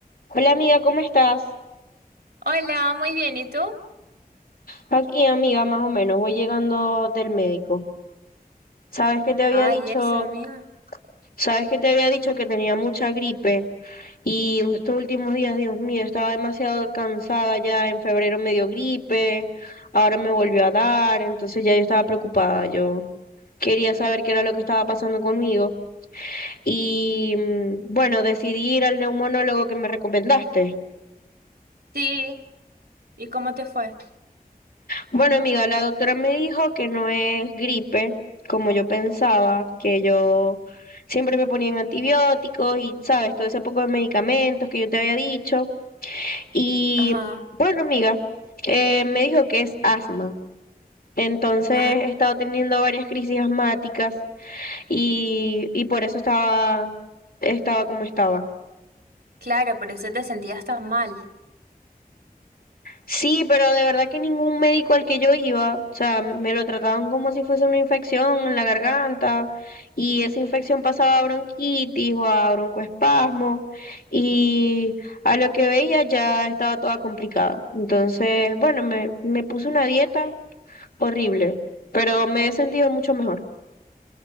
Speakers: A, on the left (about 70°); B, on the right (about 90°).
A: Hola amiga, ¿cómo estás?
B: Hola, muy bien, ¿y tú?
A: Aquí amiga, más o menos, voy llegando del médico. ¿Sabes que te había
B: Ay,
A: dicho?
B: eso, amiga.
A: ¿Sabes que te había dicho que tenía mucha gripe? Y estos últimos días, Dios mío, estaba demasiado cansada ya. En febrero me dio gripe, ahora me volvió a dar, entonces ya yo estaba preocupada. Yo quería saber qué era lo que estaba pasando conmigo. Y mm, bueno, decidí ir al neumonólogo que me recomendaste.
B: Sí. ¿Y cómo te fue?
A: Bueno, amiga, la doctora me dijo que no es gripe, como yo pensaba, que yo siempre me ponían antibióticos y, sabes, todo ese poco de medicamentos que yo te había dicho. Y
B: Ajá.
A: bueno, amiga, eh, me dijo que es asma. Entonces
B: Ah,
A: he estado teniendo varias crisis asmáticas y, y por eso estaba, estaba como estaba.
B: claro, por eso te sentías tan mal.
A: Sí, pero de verdad que ningún médico al que yo iba, o sea, me lo trataban como si fuese una infección en la garganta y esa infección pasaba a bronquitis o a broncoespasmo y a lo que veía ya estaba toda complicada. Entonces, bueno, me, me puse una dieta horrible, pero me he sentido mucho mejor.